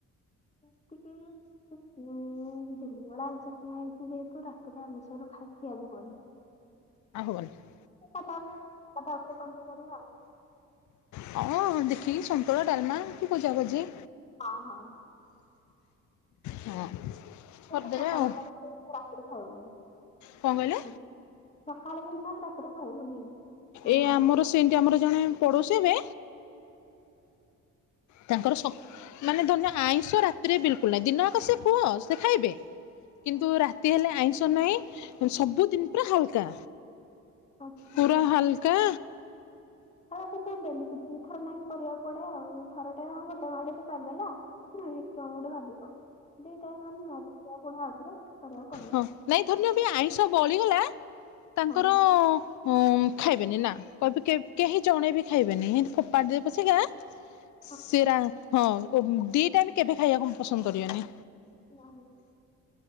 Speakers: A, on the left (about 20°); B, on the left (about 70°).
A: ରାତିକି <unintelligible> ଦିନ ବେଳା ଆମିଷ ଖିଆ ହେଇଛି ଯେହେତୁ ରାତିରେ ଆମିଷରୁ ଖାଇ ଖିଆଯିବନି।
B: <unintelligible>
A: କଥା କଥାପରେ କଣ କରିବା ଆଉ।
B: ହଁ ଦେଖିକି ସନ୍ତୁଳା ଡାଲମା କି ଭଜା ଭଜି।
A: ହଁ ହଁ
B: ହଁ
A: ମୋର
B: କରିଦେବେ
A: ତ ସକାଳ
B: ଆଉ
A: ଥରେ ରାତିରେ ଖାଉନି
B: କଣ କହିଲେ
A: ହୁଁ ସକାଳ ଦିନିଶ ଆମେ ରାତିରେ ଖାଇବୁନି। ମାନେ
B: ଏଇ
A: ଆମ
B: ଆମର ସେମତି ଆମର ଜଣେ ପଡୋଶୀ ହେବେ ତାଙ୍କର ସ ମାନେ ଧନ୍ୟ ଆଇଁଷ ରାତିରେ ବିଲକୁଲ ନାହିଁ। ଦିନ ଆକ ସେ କୁହ ସେ ଖାଇବେ
A: ହଁ
B: କିନ୍ତୁ ରାତି ହେଲେ ଆଇଁଷ ନାହିଁ ସବୁଦିନ ପୁରା ହାଲକା।
A: ଆଚ୍ଛା
B: ପୁରା ହାଲକା
A: ହୁଁ କିନ୍ତୁ ଡେଲି ଦିଇଥର ନାକ କରିବାକୁ ପଡେ ଆଉ ଥର ଟେ କଣ ଗୋଟେଆଡେ <unintelligible> ହୁଁ କଣ ଗୋଟେ ଭାବିବ ଦିଟା ମାନେ ନ ପୁଣି ଆଉଥରେ କରିବାକୁ ପଡିବ।
B: ହଁ ନାଇଁ ଧନ୍ୟ ବି ଆଇଁଷ ବଳିଗଲା ତାଙ୍କର
A: ହଁ
B: ହଁ ଖାଇବେନି ନା କହିବି କେହି ଜଣେ ବି ଖାଇବେନି ଏମିତି ଫୋପାଡି ଦେବେ ପଛକା
A: ହଁ
B: ସେ ରା ହଁ ଦିଟାଇମି କେବେ ଖାଇବାକୁ ପସନ୍ଦ କରିବେନି।
A: <unintelligible>